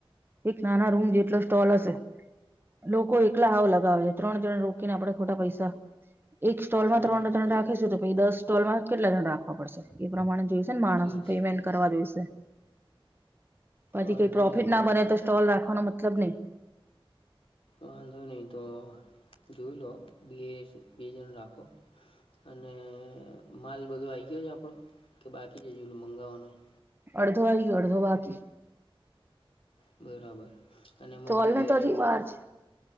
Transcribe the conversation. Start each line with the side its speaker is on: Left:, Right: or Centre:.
Right: એક નાના રૂમ જેટલો સ્ટોલ હશે લોકો એકલા હાવ લગાવે છે ત્રણ ત્રણ રોકીને આપડણે ખોટા પૈસા એક સ્ટોલમાં
Left: હમ
Right: ત્રણ ત્રણ રાખીશું તો પછ દસ સ્ટોલમાં કેટલા જણ રાખવા પડશે એ પ્રમાણે જોઈ માણસ
Left: ત્રીસ
Right: પેમેન્ટ કરવા જોશે પછી
Left: વાંધો
Right: કઈ પ્રોફિટ
Left: નહીં
Right: ના બને તો તોલ રાખવાનો મતલબ નહીં
Left: વાંધો નહી તો જોઈ લો બે બેજણ રાખો અને માલ બધો આવી ગયો છે આપણો કે બાકી છે જે મંગાવવાનો છે
Right: અડધો વાય અડધો બાકી
Left: બરાબર અને એમાં
Right: તોલ
Left: બધી
Right: ને
Left: વેરાયટી
Right: તો હજી વાર છે